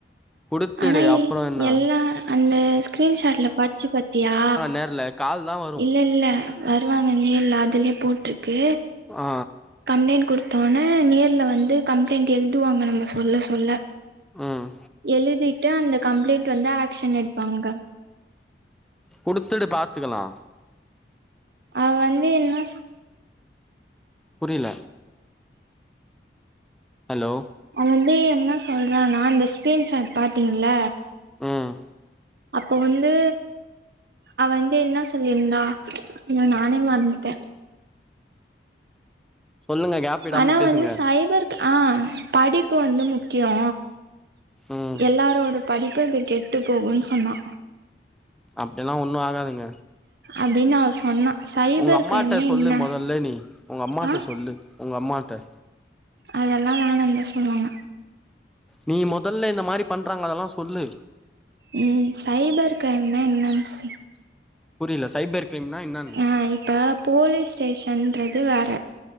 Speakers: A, in the centre; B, on the right (about 60°).
A: குடுத்துடு
B: ஆனா எ
A: அப்புறம் என்ன
B: எல்லா அந்த ஸ்கிரீன்ஷாட்ல படிச்சி பாத்தியா
A: தெர்ல கால் தா வ
B: இல்ல இல்ல வருவாங்க நேர்ல அதுலே போட்ருக்கு
A: ஆ
B: கம்ப்ளைண்ட் குடுத்தோன நேர்ல வந்து கம்ப்ளைண்ட் எழுதுவாங்க நம்ம சொல்ல சொல்ல
A: ம்
B: எழுதிட்டு அந்த கம்ப்ளைண்ட் வந்து ஆக்சன் எடுப்பாங்க
A: குடுத்துடு பாத்துக்கலா
B: அவ வந்து என்னா
A: புரில ஹலோ
B: அவ வந்து என்னா சொல்றானா அந்த ஸ்க்ரீன்ஷாட் பாத்தீங்ல
A: ம்
B: அப்ப வந்து அவ வந்து என்ன சொல்லிருந்தா அய்யோ நானே மறந்துட்டே
A: சொல்லுங்க கேப் விடாம
B: ஆனா
A: பேசுங்க
B: வந்து சைபர் ஆ படிப்பு வந்து முக்கியோ
A: ம்
B: எல்லாரோட படிப்பு இப்ப கெட்டு போகுன் சொன்னா
A: அப்டில்லா ஒண்ணும் ஆகாதுங்க
B: அப்டீனு அவ சொன்னா சைபர்
A: உங்க அம்மாட்ட
B: கிரைம்னா
A: சொல்லு
B: என்ன
A: மொதல்ல நீ உங்க அம்மாட்ட
B: ஆ
A: சொல்லு உங்க அம்மாட்ட
B: அதெல்லா வேணான் தா சொல்லுவாங்க
A: நீ மொதல்ல இந்த மாரி பண்ணுறாங்க அதலா சொல்லு
B: ம் சைபர் கிரைம்னா என்னான் சொல்
A: புரில சைபர் க்ரைம்னா என்ன
B: அ இப்ப போலீஸ் ஸ்டேஷன்றது வேற